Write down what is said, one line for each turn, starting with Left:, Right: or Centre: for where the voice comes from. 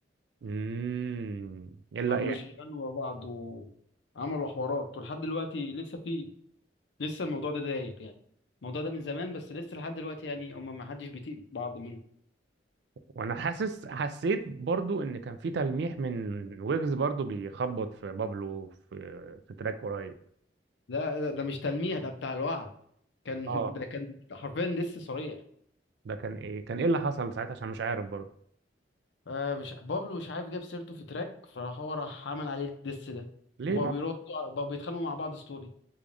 Right: امم ايه اللي
Left: ما بقوش
Right: يعني
Left: يغنوا مع بعض وعملوا حوارات ولحد دلوقتي لسه في لسه الموضوع ده دايب يعني الموضوع ده من زمان بس لسه لحد دلوقتي يعني هما ما حدش بيطيق بعض منهم
Right: وانا حاسس حسيت برضو ان كان في تلميح من ويجز برضو بيخبط في بابلو في في تراك قريب
Left: لا ده, ده مش تلميح ده بتاع الوعد كان
Right: اه
Left: ده كان حرفيا دس صريح
Right: ده كان ايه كان ايه اللي حصل ساعتها عشان مش عارف برضو
Left: آه مش بابلو مش عارف جاب سيرته في تراك فراح هو راح عمل عليه الدس ده
Right: ليه
Left: وبقوا
Right: ما...
Left: بيردوا بقوا بيتخانقوا مع بعض ستوري